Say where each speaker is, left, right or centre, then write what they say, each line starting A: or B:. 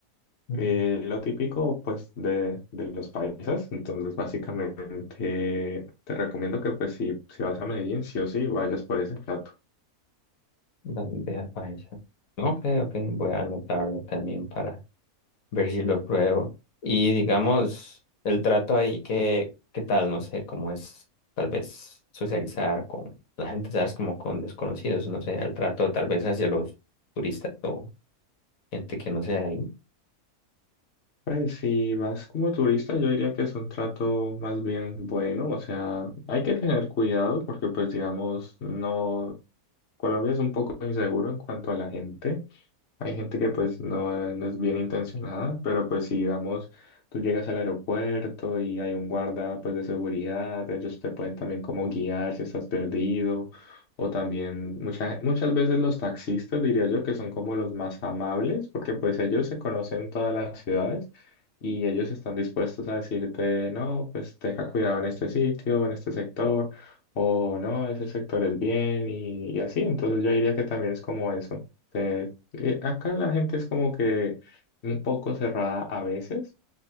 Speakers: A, on the left (about 65°); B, on the left (about 50°).
A: Ujú.
B: eh, lo típico pues de, de los paisas. Entonces básicamente te recomiendo que pues si, si vas a Medellín, sí o sí vayas por ese plato.
A: Bandeja paisa. Ok, ok, voy a anotarlo también para, ver si lo pruebo. Y digamos, el trato ahí, que qué tal? No sé, cómo es tal vez socializar con la gente, ¿sabes? Como con desconocidos, no sé, el trato tal vez hacia los turistas o gente que no sea de ahí.
B: Pues si vas como turista, yo diría que es un trato más bien bueno, o sea, hay que tener cuidado porque pues digamos, no, Colombia es un poco inseguro en cuanto a la gente. Hay gente que pues no, no es bien intencionada, pero pues si digamos, tú llegas al aeropuerto y hay un guarda pues de seguridad, ellos te pueden también como guiar si estás perdido, o también mucha- muchas veces los taxistas diría yo que son como los más amables, porque pues ellos se conocen todas las ciudades y ellos están dispuestos a decirte, no, pues tenga cuidado en este sitio, en este sector, o no, ese sector es bien y, y así, entonces yo diría que también es como eso. ¿Te, eh, acá la gente es como que un poco cerrada a veces,